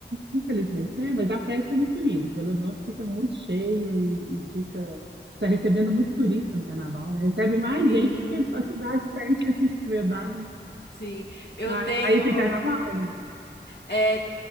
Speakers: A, on the right (about 70°); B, on the left (about 65°).
A: infelizmente, né? Mas a festa é muito bonita. Belo Horizonte fica muito cheio e, e fica. Está recebendo muito turista no carnaval, né? Recebe mais
B: Sim,
A: gente do que a cidade tem, <laughs> na verdade. né?
B: sim. Eu
A: Aí,
B: tenho.
A: aí tem carnaval, não?
B: É,